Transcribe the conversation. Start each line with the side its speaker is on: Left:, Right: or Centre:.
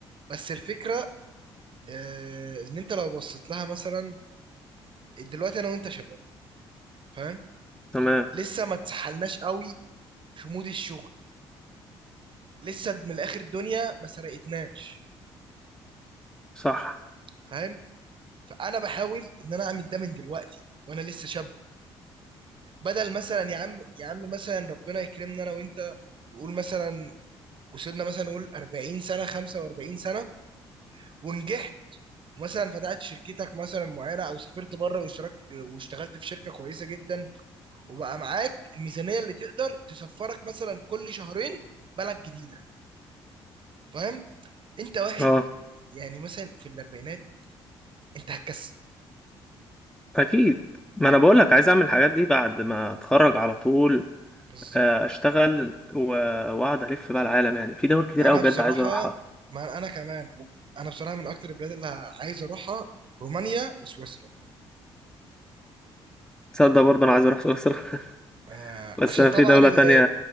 Right: بس الفكره آه ان انت لو بصيت لها مثلا دلوقتي انا وانت شباب فاهم
Centre: تمام
Right: لسه ما اتسحلناش قوي في مود الشغل لسه من الاخر الدنيا ما سرقتناش
Centre: صح
Right: فاهم فانا بحاول ان انا اعمل ده من دلوقتي وانا لسه شاب بدل مثلا يا عم يا عم مثلا ربنا يكرمنا انا وانت وقول مثلا وصلنا مثلا نقول 40 سنه 45 سنه ونجحت مثلا فتحت شركتك مثلا معينه او سافرت بره واشتركت واشتغلت في شركه كويسه جدا وبقى معاك الميزانيه اللي تقدر تسفرك مثلا كل شهرين بلد جديده فاهم انت واحد
Centre: اه
Right: يعني مثلا في الاربعينات انت هتكسل
Centre: اكيد ما انا بقول لك عايز اعمل الحاجات دي بعد ما اتخرج على طول
Right: بالظبط
Centre: آه، اشتغل و- واقعد الف بقى العالم يعني في دول كتير
Right: انا
Centre: قوي بجد
Right: بصراحه
Centre: عايز اروحها
Right: ما انا كمان انا بصراحه من اكتر البلاد اللي ه- عايز اروحها رومانيا وسويسرا
Centre: تصدق برضه انا عايز اروح سويسرا
Right: آه
Centre: <laughs> بس
Right: عشان
Centre: انا
Right: طبعا
Centre: في دولة
Right: ال-
Centre: تانية